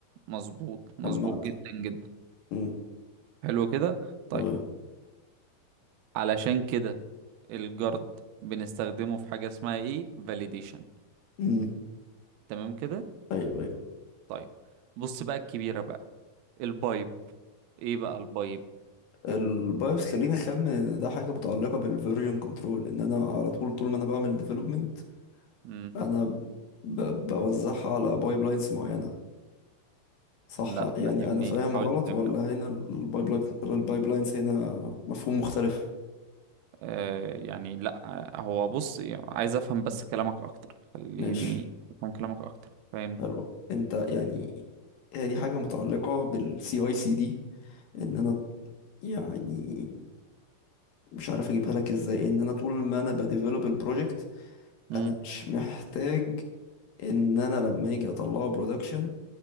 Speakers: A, on the right (about 85°); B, on the left (about 70°).
A: مظبوط
B: جمعت
A: مظبوط جدا جدا
B: مم،
A: حلو كده طيب
B: تمام
A: علشان كده الجرد بنستخدمه في حاجة اسمها ايه validation
B: مم،
A: تمام كده
B: ايوه ايوه
A: طيب بص بقى الكبيرة بقى البايب ايه بقى البايب
B: البايوس خلينا اخمن ان ده حاجه متعلقه بالفيرجن كنترول ان انا على طول طول ما انا بعمل ديفلوبمنت
A: امم
B: انا ب... بوزعها على بايب لاينز معينه صح
A: لا فهمني
B: يعني انا فاهم
A: حاول
B: غلط
A: تفهمني
B: ولا هنا البايب لاينز هنا مفهوم مختلف
A: آه، يعني لا آه، هو بص يعني عايز افهم بس كلامك اكتر خليني
B: ماشي
A: افهم كلامك اكتر فاهمني
B: حلو انت يعني هي دي حاجة متعلقة بالسي اي سي دي ان انا يعني مش عارف اجيبها لك ازاي ان انا طول ما انا بديفلوب البروجكت
A: امم
B: انا مش محتاج ان انا لما اجي اطلعه برودكشن